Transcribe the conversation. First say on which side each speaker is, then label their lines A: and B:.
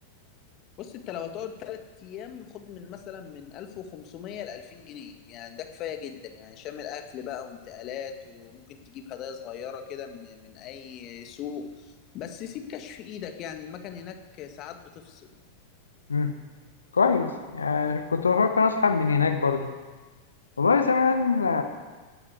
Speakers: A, on the left; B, on the left.
A: بص انت لو هتقعد تلات ايام خد من مثلا من 1500 ل 2000 جنيه يعني ده كفايه جدا يعني شامل اكل بقى وانتقالات وممكن تجيب هدايا صغيره كده من من اي سوق بس سيب كاش في ايدك يعني المكان هناك ساعات بتفصل
B: مم. كويس يعني كنت بفكر اسحب من هناك برضه والله زمان